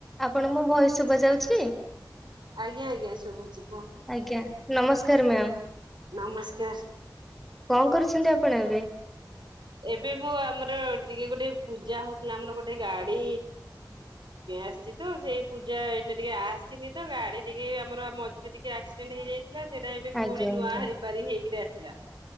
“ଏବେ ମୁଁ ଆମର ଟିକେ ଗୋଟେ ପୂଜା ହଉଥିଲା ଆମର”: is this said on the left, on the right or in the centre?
Right